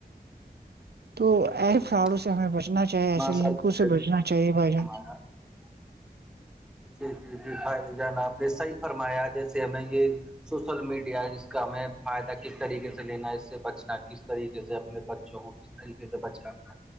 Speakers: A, on the right; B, in the centre.
A: تو
B: جی
A: ایسے فراڑوں
B: جی جی
A: سے ہمیں بچنا چاہیے ایسے
B: ماشاء
A: لنکوں
B: اللہ
A: سے بچنا چاہیے بھائی جان
B: ہمارا جی جی جی بھائی جان آپ نے صحیح فرمایا جیسے ہمیں یہ سوشل میڈیا جس کا ہمیں فائدہ کس طریقے سے لینا ہے اس سے بچنا کس طریقے سے اپنے ب وہ کس طریقے سے بچ کرا تھا